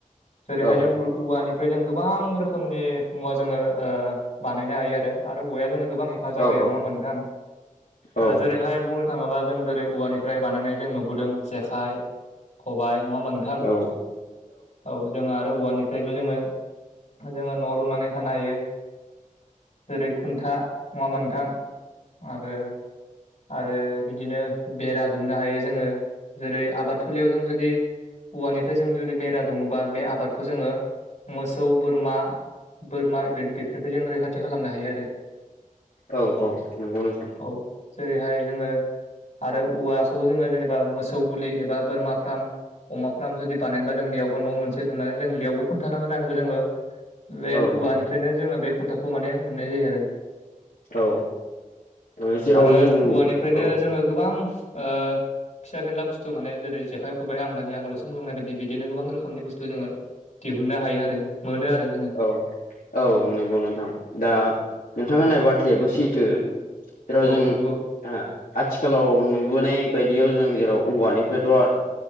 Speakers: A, on the left; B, on the left.
A: जेरैहाय
B: औ
A: जों औवानिफ्राय जों गोबां रोखोमनि मुवा जोङो ओ बानायनो हायो आरो। आरो औवाया जोंनो गोबां हेफाजाब
B: औ
A: होयो नङा होमा नोंथां
B: औ
A: जेरैहाय बुंनो थाङोबा जों जेरै औवानिफ्राय बानायनाय जों नुबोदों जेखाइ, खबाय नङा मोनोंथां
B: औ
A: औ। जोङो आरो औवानिफ्रायबो जोङो जोङो न' लुनानै थानो हायो। जेरै खुन्था नङा मोनथाम आरो आरो बिदिनो बेरा दुमनो हायो जोङो जेरै आबाद थुलियाव जों जुदि औवानिफ्राय जों जुदि बेरा दुङोबा बे आबादखौ जोङो मोसौ, बोरमा बोरमा बे-बे- बेफोरनिफ्राय जों रैखाथि खालामनो हायो आरो।
B: औ औ नंगौ नोंथां।
A: औ जेरैहाय जोङो आरो औवाखौ जोङो जेनेबा मोसौ गुलि एबा बोरमा फाराम अमा फार्म जुदि बानायनोबा जों बेयावबो न' मोनसे लुनानै जों बेयावबो खुन्थान नांगौ जायो जोंनो बे
B: औ
A: औवानिफ्रायनो जोङो बे खुन्थाखौ माने मोननाय जायो आरो।
B: औ औ जेराव
A: आरो
B: जों
A: औवानिफ्रायनो
B: औ
A: जोङो गोबां ओ फिसा फेनला बुस्थु माने जेरै जेख -खबाइ आं दानि आगोलावसो बुंलांनाय बायदि बिदि गोबां रोखनिु बुस्थु जोङो दिहुननो हायो आरो मोनो आरो जोङो।
B: औ औ नंगौ नोंथां दा नोंथां होननाय बाथ्रायाबो सैथो। जेराव
A: औ
B: जों
A: नंगौ
B: आथिखालाव ओ नुबोनाय बायदियाव जों जेराव औवानिफ्रायथ'